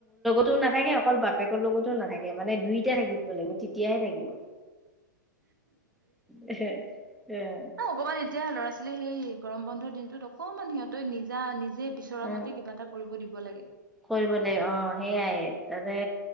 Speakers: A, in the centre; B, on the right.
A: অকলে নাথাকে অকল বাপেকৰ লগতো নাথাকে মানে দুইটা থাকিব লাগিব তেতিয়াহে থাকিব। এহে এহে।
B: এই অকমান এতিয়া ল'ৰা ছোৱালী সেই গৰম বন্ধৰ দিনটোত। অকমান সিহঁতই নিজা নিজে বিচৰা
A: অ
B: মতে কিবা এটা কৰিব দিব লাগে।
A: কৰিব লাগে অ সেইয়াই তাতে